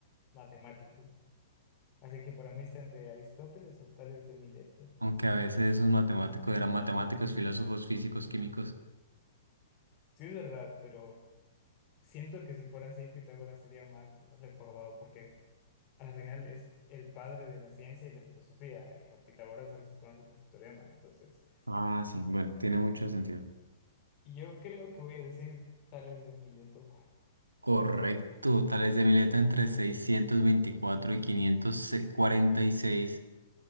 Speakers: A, on the left (about 35°); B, on the right (about 80°).
A: matemático. Así que para mí está entre Aristóteles o Tales de Mileto.
B: Aunque a veces esos matemáticos eran matemáticos, filósofos, físicos, químicos.
A: Sí es verdad, pero siento que si fuera así, Pitágoras sería más recordado, porque al final es el padre de la ciencia y la filosofía, y a Pitágoras solo se conoce por su teorema. Entonces,
B: Ah, sí, bueno, tiene mucho sentido.
A: yo creo que voy a decir Tales de Mileto.
B: Correcto, tales de Mileto entre 624 y 546.